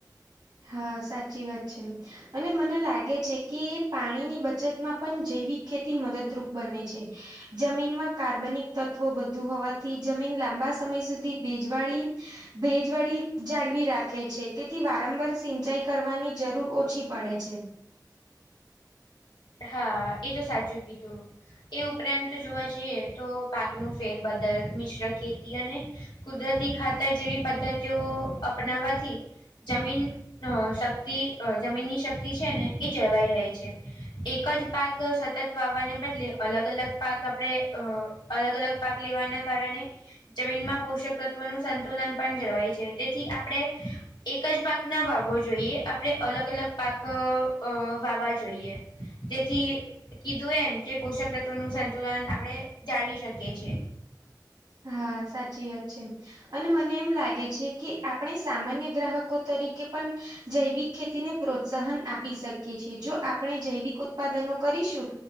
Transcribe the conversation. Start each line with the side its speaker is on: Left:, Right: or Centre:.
Right: હા, સાચી વાત છે. અને મને લાગે છે કે પાણીની બચતમાં પણ જૈવિક ખેતી મદદરૂપ બને છે. જમીનમાં કાર્બનિક તત્વો વધુ હોવાથી જમીન લાંબા સમય સુધી ભેજવાળી ભેજવાળી જાળવી રાખે છે તેથી વારંવાર સિંચાઈ કરવાની જરૂર ઓછી પડે છે.
Left: હા, એ તો સાચું કીધું. એ ઉપરાંત જોવા જઈએ તો પાકનું ફેરબદલ મિશ્ર ખેતી અને કુદરતી ખાતર જેવી પદ્ધતિઓ અપનાવવાથી જમીન અ શક્તિ અ જમીનની શક્તિ છે ને એ જળવાઈ રહે છે. એક જ પાક સતત વાવવાને બદલે અલગ-અલગ પાક આપણેે અ અલગ-અલગ પાક લેવાના કારણે જમીનમાં પોષક તત્વનું સંતુલન પણ જળવાય તેથી આપણે એક જ પાક ના વાવવો જોઈએ આપણે અલગ-અલગ પાક અ વાવા જોઈએ. જેથી કીધું એમ કે પોષક તત્વોનું સંતુલન આપણે જાળવી શકીએ છે.
Right: હા, સાચી વાત છે. અને મને એમ લાગે છે કે આપણે સામાન્ય ગ્રાહકો તરીકે પણ જૈવિક ખેતીને પ્રોત્સાહન આપી શકીએ છે. એ જો આપણે જૈવિક ઉત્પાદનો કરીશું